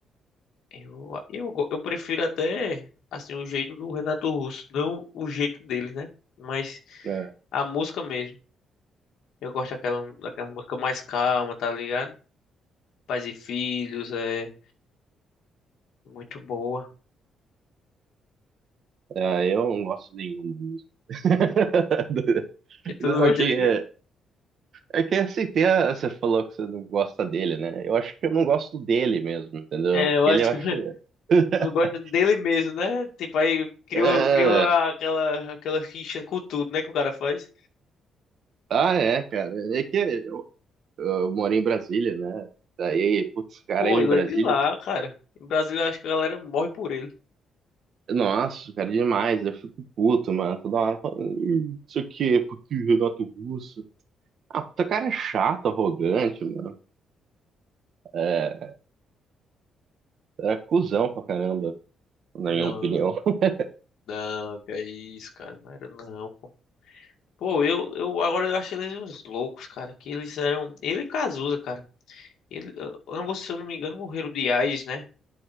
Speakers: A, on the left; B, on the right.
A: eu, eu, go- eu prefiro até, assim, o jeito do Renato Russo, não o jeito dele, né? Mas
B: é,
A: a música mesmo. Eu gosto daquela, daquela música mais calma, tá ligado? Pais e Filhos, é muito boa.
B: é, eu não gosto nenhuma música. <laughs>
A: E tu
B: Não,
A: não gosta
B: é que
A: de
B: é,
A: quê?
B: é que assim, tem a- você falou que você não gosta dele, né? Eu acho que eu não gosto dele mesmo, entendeu?
A: É, eu
B: Ele
A: acho
B: eu
A: que...
B: acho.
A: <laughs>
B: <laughs>
A: Não gosta dele mesmo, né? Tipo, aí criou,
B: É,
A: criou aquela, aquela rixa com tudo, né? Que o cara faz.
B: ah, é, cara. É que eu, eu moro em Brasília, né? Daí, putz, cara,
A: Pô,
B: em
A: ele
B: Brasília
A: é de lá, cara. No Brasil, eu acho que a galera morre por ele.
B: Nossa, cara, demais. Eu fico puto, mano. Toda hora falando, "Ih, isso aqui é porque o Renato Russo. Ah, puta cara é chato, arrogante, mano. É, era cuzão pra caramba, na
A: Não,
B: minha opinião. <laughs>
A: não, que é isso, cara. Não era não, pô. Pô, eu, eu agora eu acho eles uns loucos, cara. Que eles eram. Ele e Cazuza, cara. Ele, ambos, se eu não me engano, morreram de AIDS, né?